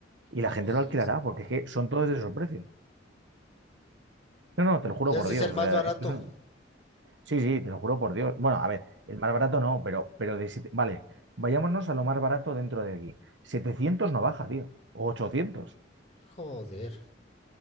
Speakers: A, on the right (about 70°); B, on the left (about 35°).
A: Y
B: Vamos.
A: la gente lo alquilará, porque es que son todos de esos precios. No, no, te lo juro
B: Ese
A: por Dios.
B: es el más
A: o sea,
B: barato.
A: esto es un- Sí, sí, te lo juro por Dios. Bueno, a ver, el más barato no, pero, pero de siete- Vale, vayámonos a lo más barato dentro de aquí. 700 no baja, tío. O 800.
B: Joder,